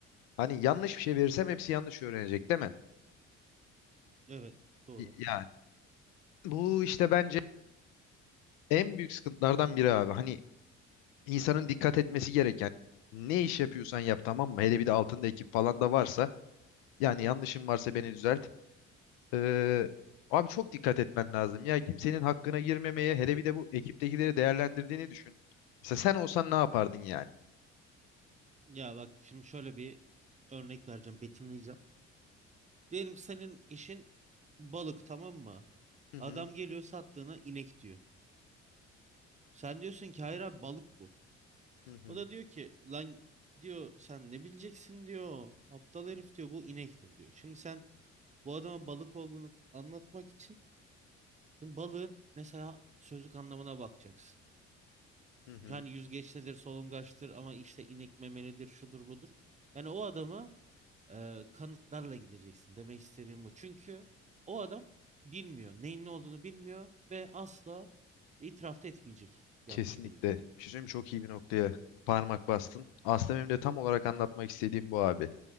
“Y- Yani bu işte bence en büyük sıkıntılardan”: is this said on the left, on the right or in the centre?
Left